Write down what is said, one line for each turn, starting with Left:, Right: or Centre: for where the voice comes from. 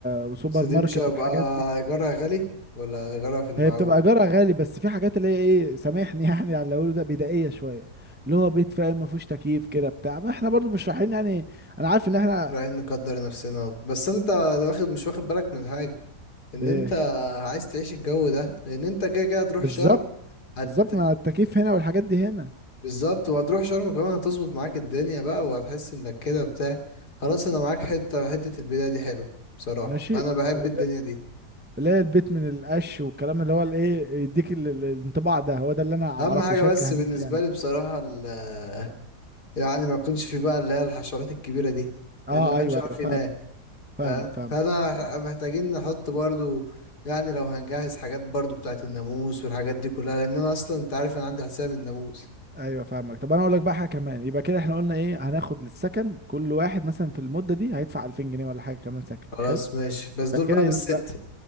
Right: وسوبر
Left: بس دي
Right: ماركت
Left: مش هيبقى
Right: والحاجات دي
Left: إيجارها غالي ولا إيجارها في المعقول
Right: هي بتبقى ايجارها غالي بس في حاجات اللي هي ايه سامحني <laughs> يعني على اللي اقوله ده بدائية شوية اللي هو بيت فاهم ما فيهوش تكييف كده بتاع ما احنا برضو مش رايحين يعني انا عارف ان احنا
Left: رايحين نقدر نفسنا بس انت واخد مش واخد بالك من حاجة ان
Right: إيه
Left: انت عايز تعيش الجو ده لان انت كده كده هتروح
Right: بالظبط
Left: شرم هت
Right: بالظبط ما التكييف هنا والحاجات دي هنا
Left: بالظبط وهتروح شرم كمان هتظبط معاك الدنيا بقى وهتحس انك كده بتاع خلاص انا معاك حتة حتة البداية دي حلو بصراحة
Right: ماشي
Left: انا بحب
Right: ولا-
Left: الدنيا دي
Right: اللي هي البيت من القش والكلام اللي هو الايه يديك ال- ال- الانطباع ده هو ده اللي انا اعرفه
Left: اهم حاجة
Right: شركة
Left: بس بالنسبة
Right: هناك يعني
Left: لي بصراحة ال- <laughs> يعني ما يكونش في بقى اللي هي الحشرات الكبيرة دي
Right: اه
Left: لان انا
Right: ايوه
Left: مش عارف
Right: ايوه
Left: ينام
Right: فاهم فاهمك
Left: فاهم
Right: فاهمك
Left: فانا مح- محتاجين نحط برضو يعني لو هنجهز حاجات برضو بتاعت الناموس والحاجات دي كلها لان انا اصلا انت عارف انا عندي حساسية من الناموس
Right: ايوه فاهمك طب انا اقول لك بقى حاجه كمان يبقى كده احنا قلنا ايه هناخد للسكن كل واحد مثلا في المده دي هيدفع 2000 جنيه ولا حاجه كمان سكن
Left: خلاص
Right: حلو
Left: ماشي بس دول
Right: فكده
Left: بقى
Right: يبقى
Left: مش ست